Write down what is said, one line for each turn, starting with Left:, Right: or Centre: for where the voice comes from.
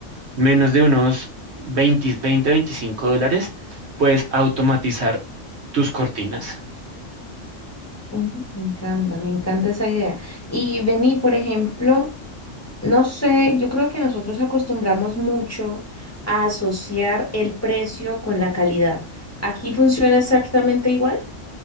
Right: menos de unos 20, 20, 25 dólares, puedes automatizar tus cortinas.
Left: Oh, Me encanta, me encanta esa idea. Y vení, por ejemplo, no sé, yo creo que nosotros acostumbramos mucho a asociar el precio con la calidad. ¿Aquí funciona exactamente igual?